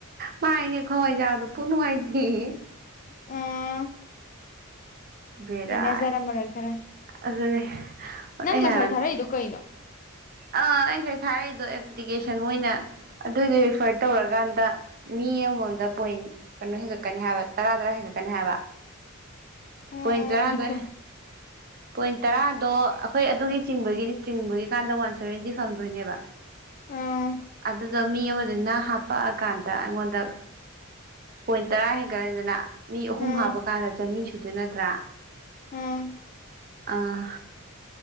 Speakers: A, on the right; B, on the left.
A: ꯃꯥꯥꯏꯅꯦ ꯈꯋꯥꯏꯖꯥꯗꯣ ꯄꯨ ꯅꯨꯡꯉꯥꯏ ꯍ
B: ꯑ
A: ꯕꯦꯔꯥꯅꯤ
B: ꯑꯩꯅꯖꯔꯝꯕꯔ ꯑꯣꯏ ꯈꯔꯦ
A: ꯑꯗꯨꯅꯦ ꯑꯩ
B: ꯅꯪ ꯉꯁꯥꯏ
A: ꯍꯥꯏꯕꯅꯦ
B: ꯊꯥꯔꯛꯏꯗꯨ ꯀꯩꯅꯣ
A: ꯑꯥ ꯑꯩꯁꯦ ꯊꯥꯔꯛꯏꯗꯣ ꯑꯦꯄ꯭ꯂꯤꯀꯦꯁꯟ ꯑꯣꯏꯅ ꯑꯗꯨꯏꯗꯣ ꯔꯤꯐꯔ ꯇꯧꯔꯀꯥꯟꯗ ꯃꯤ ꯑꯃꯃꯝꯗ ꯄꯣꯏꯟ ꯀꯩꯅꯣ ꯍꯦꯟꯒꯠꯀꯅꯤ ꯍꯥꯏꯕ ꯇꯔꯥ ꯇꯔꯥ ꯍꯦꯟꯒꯠꯀꯅꯤ ꯍꯥꯏꯕ
B: ꯑꯥ
A: ꯄꯣꯏ ꯇꯔꯥꯗ
B: ꯔꯤꯐꯔ
A: ꯄꯣꯏꯟ ꯇꯔꯥꯗꯣ ꯑꯩꯈꯣꯏ ꯑꯗꯨꯒꯤ ꯆꯤꯡꯕꯒꯤꯗꯤ ꯆꯤꯡꯕꯒꯤꯀꯥꯟꯗ ꯋꯥꯟ ꯁꯚꯦꯟꯇꯤ ꯐꯪꯗꯣꯏꯅꯦꯕ
B: ꯑꯥ
A: ꯑꯗꯨꯗ ꯝ ꯑꯃꯗꯅ ꯍꯥꯄꯛꯑꯀꯥꯟꯗ ꯑꯩꯉꯣꯟꯗ ꯄꯣꯏꯟ ꯇꯔꯥ ꯍꯦꯟꯒꯠꯂꯅꯤꯗꯅ ꯃꯤ ꯑꯍꯨꯝ
B: ꯑꯥ
A: ꯍꯥꯞꯄ ꯀꯥꯟꯗ ꯆꯅꯤ ꯁꯨꯗ ꯅꯠꯇ꯭ꯔꯥ
B: ꯑꯥ
A: ꯑꯥ